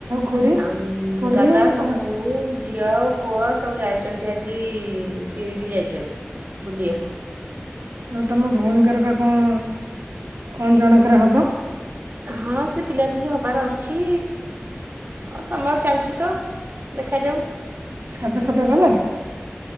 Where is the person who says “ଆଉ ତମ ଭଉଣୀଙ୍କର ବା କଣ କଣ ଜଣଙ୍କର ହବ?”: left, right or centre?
Right